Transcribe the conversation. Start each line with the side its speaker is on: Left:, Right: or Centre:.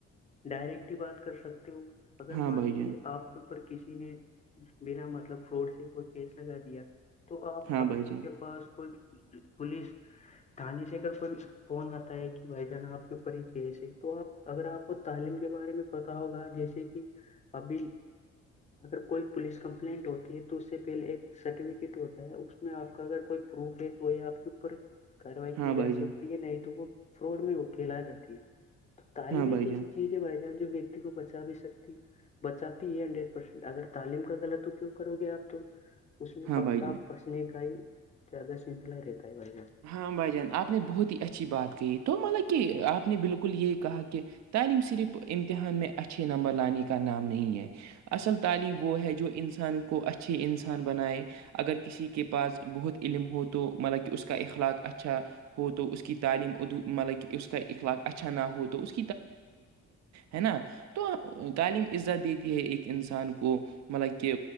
Left: ڈائریکٹ ہی بات کر سکتی ہو اگر
Right: ہاں
Left: مان
Right: بھائی
Left: لیجیے
Right: جان
Left: آپ کے اوپر کسی نے بنا مطلب فراڈ سے کوئی کیس لگا دیا تو آپ
Right: ہاں
Left: اگر
Right: بھائی
Left: آپ
Right: جان
Left: کے پاس کوئی پولیس <unintelligible> دانانی سے اگر کوئی فون آتا ہے کہ بھائی جانا آپ کے اوپر ہی کیس ہے تو آپ اگر آپ کو تعلیم کے بارے میں پتا ہوگا جیسے کہ ابھی اگر کوئی پولیس کمپلینٹ ہوتی ہے تو اس سے پہلے ایک سرٹیفکیٹ ہوتا ہے اس میں آپ کا اگر کوئی پروف ہےے تو یہ آپ کے اوپر کاروائی
Right: ہاں
Left: کی جا
Right: بھائی جان
Left: سکتی ہے نہیں تو وہ فراڈ میں اکیلا آ جاتی ہے تو تعلیم
Right: ہاں بھائی
Left: ایک کیسی
Right: جان
Left: چیز چیز ہے بائی جانس جو ویکتی کو بچا بھی سکتی بچاتی ہے ہنڈریڈ پرسینٹ اگر تعلیم کا غلط اپیوگ کرو گے آپ تو اس میں
Right: ہاں
Left: پکا
Right: بھائی جان
Left: پسنے کا ہی زیادہ سلسلہ رہتا ہے ہ
Right: ہاں بھائی جان آپ نے بہت ہی اچھی بات کہی تو مطلب کہ آپ نے بالکل یہ کہا کہ تعلیم صرف امتحان میں اچھے نمبر لانے کا نام نہیں ہے اصل تعلیم وہ ہے جو انسان کو اچھے انسان بنائے اگر کسی کے پاس بہت علم ہو تو مطلب کہ اس کا اخلاق اچھا وہ تو اس کی تعلیم ملک اس کا اخلاق اچھا نہ ہو تو اس ہے نا تو تعلیم عزت دیتی ہے ایک انسان کو مطلب کہ